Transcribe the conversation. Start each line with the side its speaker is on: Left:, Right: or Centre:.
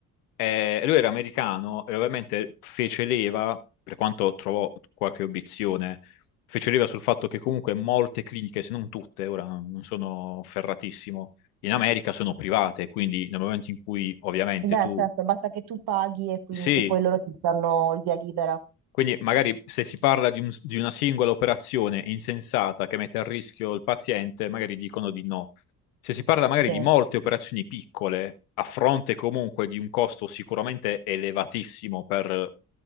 Left: Eh, lui era americano e ovviamente fece leva, per quanto trovò qualche obiezione, fece leva sul fatto che comunque molte cliniche, se non tutte, ora non non sono ferratissimo, in America sono private, quindi nel momento in cui ovviamente
Right: Beh,
Left: tu
Right: certo, basta che tu paghi e, quindi-
Left: sì,
Right: e poi loro ti danno il via libera.
Left: quindi magari se si parla di, un- di una singola operazione insensata che mette a rischio il paziente, magari dicono di no. Se si parla magari
Right: Sì.
Left: di molte operazioni piccole, a fronte comunque di un costo sicuramente elevatissimo per